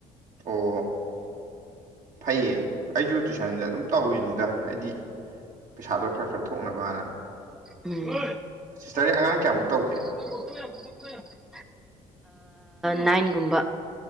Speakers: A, on the right; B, in the centre.
A: ꯑꯣ ꯐꯩꯌꯦ ꯑꯩꯁꯨ ꯇꯨꯏꯁꯟꯁꯦ ꯑꯗꯨꯝ ꯇꯧꯋꯅꯤꯗ ꯍꯥꯏꯗꯤ ꯄꯩꯁꯥ꯫꯫ꯗꯣ ꯈꯔ ꯈꯔ ꯊꯣꯛꯅꯕꯅ
B: ꯎꯝ
A: ꯁꯤꯁꯇꯔ ꯑꯉꯥꯡ ꯀꯌꯥꯃꯨꯛ ꯇꯧꯒꯦ
B: ꯌꯥ ꯌꯥ ꯅꯥꯏꯟꯒꯨꯝꯕ